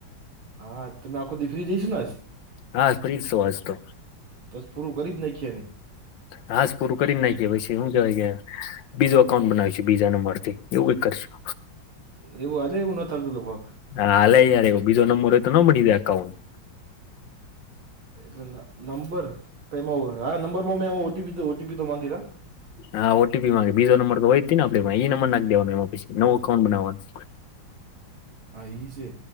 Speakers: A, on the right; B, on the left.
A: હા તમે આખો દી ફ્રી જ હશો ને આજ.
B: હા ફ્રી જ છું આજ તો.
A: તો આજ પૂરું કરી જ નાખીએ ને.
B: હાજ પૂરું કરી નાખીએ પછી હું કેવાય કે. બીજું અકાઉન્ટ બનાવીશું બીજા નંબર થી એવું કંઈક કરશું.
A: એવું આજે એવું ન થતું હતું ભગ.
B: હાલે એ યાર બીજો નંબર હોય તો ન બની જાય એકાઉન્ટ.
A: એટલે નંબર તો એમાં હા નંબર મે ઓટીપી તો ઓટીપી તો માંગે હા.
B: હા ઓટીપી માંગે બીજો નંબર તો હોય જ તે ને આપડી પાહે ઈ નંબર નાખી દેવાનો એમાં પછી નવું અકાઉન્ટ બનાવવાનું.
A: હા ઈ છે